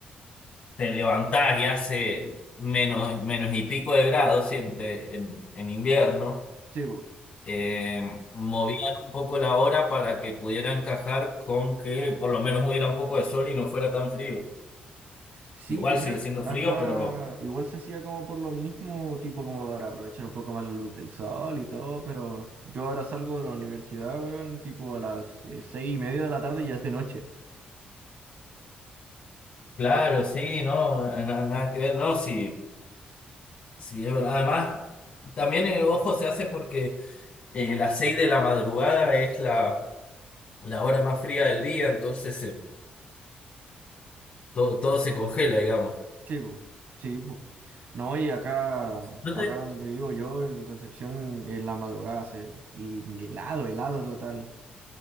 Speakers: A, on the left; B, on the right.
A: te levantás y hace menos, menos y pico de grados siempre en, en invierno,
B: sí, po.
A: eh, movían un poco la hora para que pudiera encajar con que por lo menos hubiera un poco de sol y no fuera tan frío.
B: Sí,
A: Igual
B: yo
A: sigue
B: creo
A: siendo
B: que acá
A: frío, pero
B: igual se hacía como por lo mismo, tipo como para aprovechar un poco más la luz del sol y todo, pero yo ahora salgo de la universidad, weón, tipo a las eh, seis y media de la tarde y ya es de noche.
A: claro, sí, no, na- na- nada que ver, no, sí, sí, es verdad. Además, también el ojo se hace porque eh, las seis de la madrugada es la, la hora más fría del día, entonces eh, todo, todo se congela, digamos.
B: Sí, pues, sí, pues. No, y acá,
A: ¿No
B: acá
A: te,
B: donde vivo yo, en Concepción, en la madrugada se... Y helado, helado total.